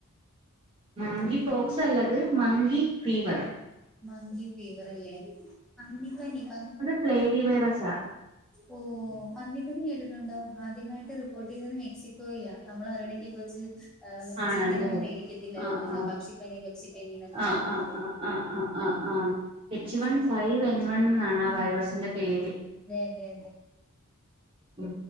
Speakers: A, on the right (about 25°); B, in the centre.
A: മങ്കി
B: അതെ
A: പോക്സ് അല്ലത് മങ്കി ഫീവർ.
B: മങ്കി ഫീവർ അല്ലേ പന്നിപ്പനി പന്നി
A: പ്ലേവി വയ്റസ
B: ഓഹ് പന്നിപ്പനി കേട്ടിട്ടുണ്ടോ ആദ്യമായിട്ട് റിപോട്ടെയ്തത് മെക്സിക്കോയില. നമ്മളെ ഒരണിക്കിക്കോച്ച്. ആഹ് മറ്റേ
A: ആണല്ലേ
B: ചിക്കനോന്നും മേടിക്കത്തില്ലായിരുന്നല്ലോ
A: ആഹ് ആഹ്
B: പക്ഷിപ്പനി പക്ഷിപ്പനി എന്നൊക്കെ
A: ആഹ്
B: പറഞ്ഞോണ്ട്.
A: ആഹ് ആഹ് ആഹ് ആഹ് ആഹ് ആഹ് എച്ച് വൺ
B: അത്
A: ഫൈവ് എൻ വൺ എന്നാണ് ആഹ് വൈറസിന്റെ പേര്.
B: അതെ അതെ.
A: ഉം